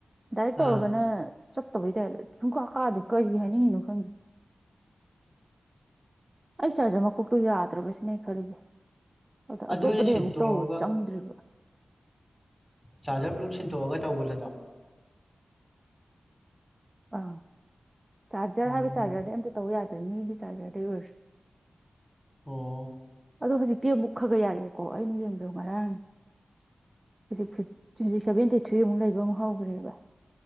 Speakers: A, on the right; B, in the centre.
A: ꯗꯥꯏꯔꯦꯛ ꯇꯧꯔꯒꯅ
B: ꯑꯥ
A: ꯇꯧꯕꯩ ꯇꯥꯏꯞꯇ ꯁꯨꯡꯀꯥ ꯀꯥꯗꯦ ꯀꯔꯤ ꯍꯥꯏꯅꯤꯡꯉꯤꯅꯣ ꯈꯪꯗꯦ ꯑꯩ ꯆꯥꯖꯔ ꯃꯀꯣꯛꯇꯨ ꯌꯥꯗ꯭ꯔꯕ ꯖꯤꯅꯦ ꯑꯩ ꯅ ꯈꯜꯂꯤꯁꯦ ꯑꯗ ꯑꯇꯣꯞꯄꯗꯩ
B: ꯑꯗꯨ ꯑꯩꯅ ꯁꯤꯟꯇꯣꯛꯑꯒ
A: ꯑꯃꯨꯛ ꯇꯧꯔ ꯆꯪꯗ꯭ꯔꯤꯕ
B: ꯆꯥꯔꯖꯔ ꯄꯨꯂꯞ ꯁꯤꯟꯇꯣꯛꯑꯒ ꯇꯧꯕꯗꯨꯗ
A: ꯑꯥ ꯆꯥꯔꯖꯔ
B: ꯎꯝ
A: ꯍꯥꯏ ꯆꯥꯖꯔ ꯑꯝꯇ ꯇꯧ ꯌꯥꯗ ꯃꯤꯒꯤ ꯆꯥꯔꯖꯔꯗꯩ ꯑꯣꯏꯔꯁꯨ
B: ꯑꯣ
A: ꯑꯗꯣ ꯍꯧꯖꯤꯛꯇꯤ ꯑꯃꯨꯛ ꯈꯒ ꯌꯥꯔꯦ ꯀꯣ ꯑꯩꯅ ꯌꯦꯡꯗꯣ ꯉꯔꯥꯡ ꯍꯧꯖꯤꯛꯤ ꯍꯧꯖꯤꯛ ꯁꯚꯦꯟꯇꯤ ꯊ꯭ꯔꯤꯃꯨꯛ ꯂꯩꯕ ꯑꯃꯨꯛ ꯍꯧꯈ꯭ꯔꯦꯕ